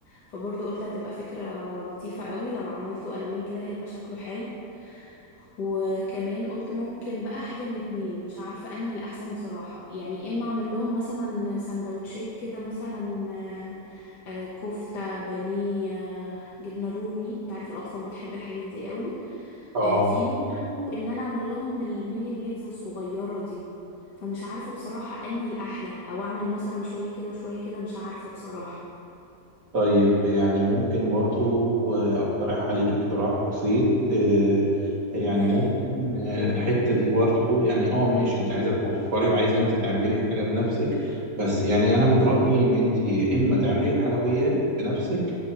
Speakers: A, on the left (about 80°); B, on the right (about 55°).
A: فبرضه قلت هتبقى فكرة لطيفة قوي لو عملته الوان كده هيبقى شكله حلو وكمان قلت ممكن بقى حاجة من اتنين مش عارفة انهي اللي احسن بصراحة يعني اما اعمل لهم مثلا سندوتشات كده مثلا آه، آه، كفتة بانيه آه، جبنة رومي تعرف الاطفال بتحب الحاجات دي قوي
B: اه
A: آه، فينو او ان انا اعمل لهم الميني البيتزا الصغيرة دي فمش عارفة بصراحة انهي الاحلى او اعمل مثلا شوية كده وشوية كده مش عارفة بصراحة
B: طيب يعني ممكن برضو آه، أقترح عليك اقتراح بسيط آه، يعني
A: يا
B: ممكن
A: ريت
B: آه، الحتة دي برضو يعني اه ماشي انت عايزة توفري وعايزة انت تعملي الحاجة بنفسك بس يعني أنا من رأيي إن انت إما تعملي الحلويات بنفسك